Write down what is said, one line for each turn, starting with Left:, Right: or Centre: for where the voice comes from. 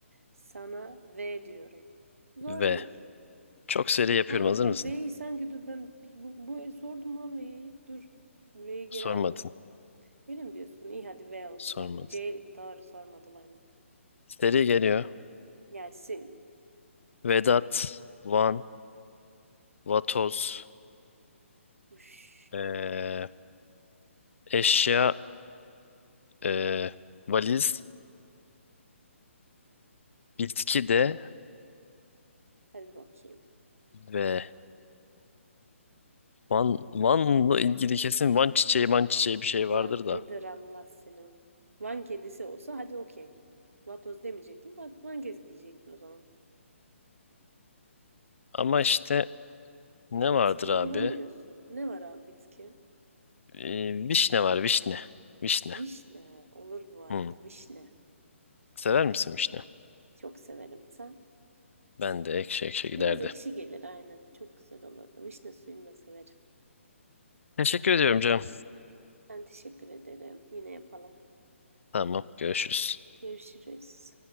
Right: Sana V diyorum. Zor
Left: Ve
Right: değil.
Left: Çok seri yapıyorum.
Right: Aa
Left: Hazır
Right: bu
Left: mısın?
Right: V'yi sanki dur ben bir- bu, bu el sordum lan V'yi. Dur. V'yi geri
Left: Sormadın.
Right: aldım. Öyle mi diyorsun? İyi hadi V olsun.
Left: Sormadın.
Right: Tamam. C doğru sormadım aynen.
Left: Seri geliyor.
Right: Gelsin.
Left: Vedat, Van, Vatoz,
Right: Uş.
Left: eee, eşya, eee, valiz, bitki de
Right: Hadi bakayım.
Left: ve Van, Van'la ilgili kesin Van çiçeği, Van çiçeği bir şey vardır
Right: Lan
Left: da.
Right: Vidır Allah seni. Van kedisi olsa hadi okey. Vatoz demeyecektim. Va- Van kedisi diyecektin o zaman.
Left: Ama işte ne
Right: Bitkiyi
Left: vardır abi?
Right: bulamıyorsun. Ne var abi bitki?
Left: Eee,
Right: V-
Left: vişne var, vişne. Vişne.
Right: Vişne. Olur bu arada.
Left: Hmm.
Right: Vişne.
Left: Sever misin vişne?
Right: Of, çok severim. Sen?
Left: Ben de ekşi ekşi
Right: Biraz
Left: giderdi.
Right: ekşi gelir aynen. Çok güzel olurdu. Vişne suyunu da severim.
Left: Teşekkür ediyorum canım.
Right: Ben teşekkür ederim. Yine yapalım.
Left: Tamam, görüşürüz.
Right: Görüşürüz.